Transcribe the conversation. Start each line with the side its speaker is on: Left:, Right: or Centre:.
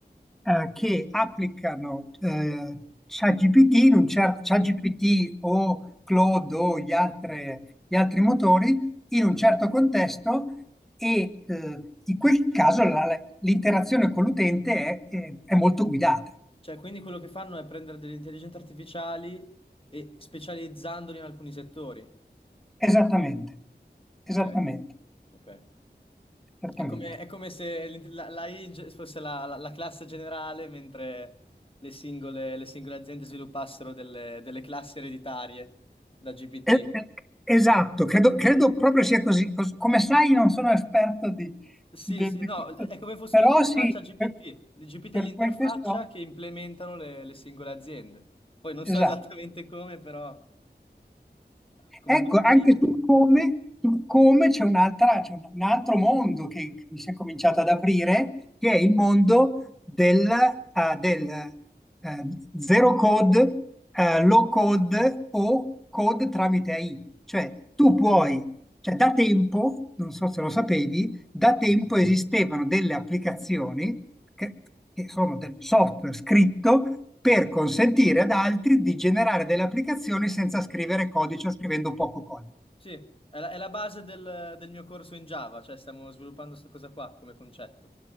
Centre: eh, che applicano eh, ChatGPT in un cer- ChatGPT o Claude o gli altre- gli altri motori in un certo contesto e eh, in quel caso la- l'interazione con l'utente è, è- è molto guidata.
Left: cioè, quindi quello che fanno è prendere delle intelligenze artificiali e specializzandoli in alcuni settori.
Centre: Esattamente,
Left: Ok.
Centre: esattamente,
Left: Ok.
Centre: esattamente.
Left: È come, è come se l- la- l'AI ge- fosse la, la- la classe generale, mentre le singole, le singole aziende sviluppassero delle, delle classi ereditarie da GPT.
Centre: Eh, eh, Esatto, credo, credo proprio sia così. Cos- Come sai, non sono esperto di,
Left: Sì,
Centre: di-
Left: sì,
Centre: di
Left: no,
Centre: questo,
Left: è come fosse
Centre: però
Left: un'interfaccia
Centre: sì,
Left: GPT.
Centre: per,
Left: Il GPT
Centre: per
Left: è l'interfaccia
Centre: quel che so,
Left: che implementano le, le singole aziende. Poi non
Centre: esatto.
Left: so esattamente come, però come
Centre: Ecco,
Left: parte
Centre: anche
Left: lì.
Centre: su come, su come c'è un'altra, c'è un un altro mondo che, che mi si è cominciato ad aprire, che è il mondo del, ah, del, eh, zero code, eh, low code o code tramite AI. Cioè, tu puoi, cioè da tempo, non so se lo sapevi, da tempo esistevano delle applicazioni che, che sono del software scritto per consentire ad altri di generare delle applicazioni senza scrivere codice o scrivendo poco codice.
Left: Sì, è la, è la base del, del mio corso in Java, cioè stiamo sviluppando questa cosa qua come concetto.